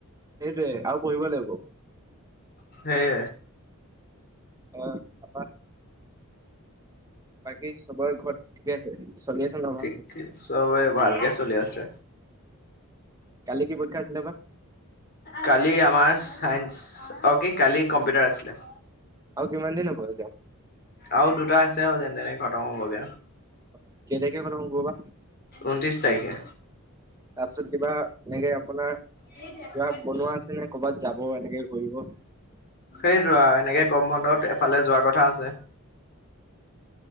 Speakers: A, on the right; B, on the left.
A: সেইট আৰু পঢ়িব লাগিব
B: সেই
A: অ আ বাকী চবৰে ঘৰত ঠিকে আছে চলি আছে ন
B: ঠিক
A: ভালকে
B: চবে ভালকে চলি আছে
A: কালি কি পৰীক্ষা আছিলে বা
B: কালি আমাৰ চাই অকে কালি কম্পিউটাৰ আছিলে
A: আৰু কিমান দিনো ঘ যাম
B: আৰু দুটা আছে আৰু যেনে তেনে খতম হ'বগে
A: অ কে দেখে ব ববা
B: ঊনত্ৰিশ তাৰিখে
A: তাৰপিছত কিবা এনেকে আপোনাৰ
B: সেইটো
A: কিবা বনোৱা আছে নে ক'ৰবাত যাব এনেকে কৰিব
B: আৰু এনেকে গম বন্ধত ফালে যোৱা কথা আছে